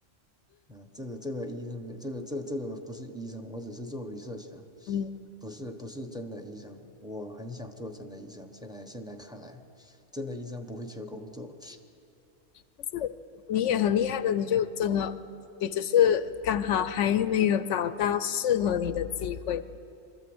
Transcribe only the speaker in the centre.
嗯，这个这个医生没，这个这个这个不是医生，我只是做 research 的，
不是不是真的医生。我很想做真的医生，现在现在看来，真的医生不会缺工作，